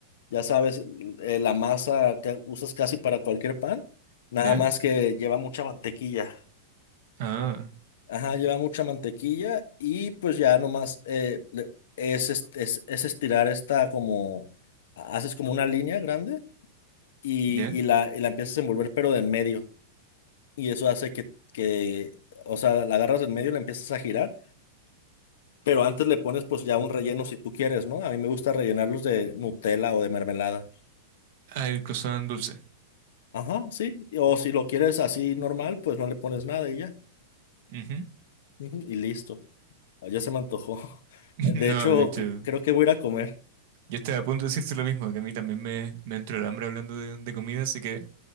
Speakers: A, on the left; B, on the right.
A: ya sabes, eh, la masa que usas casi para cualquier pan, nada
B: ¿Ya?
A: más que lleva mucha mantequilla.
B: Ah,
A: Ajá, lleva mucha mantequilla y pues ya nomás eh, le- es, es, es- es estirar esta como, haces como una línea grande y,
B: ¿ya?
A: y la, y la empiezas a envolver pero de en medio. Y eso hace que, que, o sea, la agarras de en medio y la empiezas a girar Pero antes le pones pues ya un relleno si tú quieres, ¿no? A mí me gusta rellenarlos de Nutella o de mermelada.
B: Ah, el croissant dulce.
A: Ajá, sí. O si lo quieres así normal, pues no le pones nada y ya.
B: Ujú.
A: Ujú, Y listo. Ah, Ya se me antojó. <laughs>
B: <laughs>
A: De
B: No,
A: hecho,
B: de hecho.
A: cre- creo que voy a ir a comer.
B: Yo estaba a punto de decirte lo mismo, que a mí también me, me entró el hambre hablando de, de comida, así que